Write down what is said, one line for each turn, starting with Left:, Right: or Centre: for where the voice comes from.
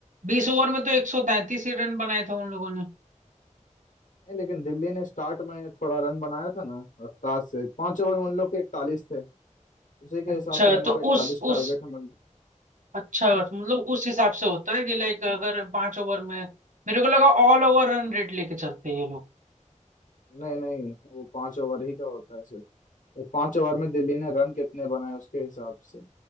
Right: बीस ओवर में तो एक सौ तैंतीस ही रन बनाए थे उन लोगों
Left: नहीं लेकिन दिल्ली ने स्टार्ट में थोड़ा रन बनाया था ना रफ्तार से पांच ओवर में उन लोग के इकतालीस थे उसी के
Right: अच्छा
Left: हिसाब से इन लोग
Right: तो
Left: को इकतालीस
Right: उस
Left: टारगेट
Right: उस
Left: है मतलब
Right: अच्छा मतलब उस हिसाब से होता है कि लाइक अगर पांच ओवर में मेरे को लगा ऑल ओवर रन रेट लेके चलते हैं ये लोग
Left: नहीं नहीं वो पांच ओवर ही का होता है सिर्फ एक पांच ओवर में दिल्ली ने रन कितने बनाए उसके हिसाब से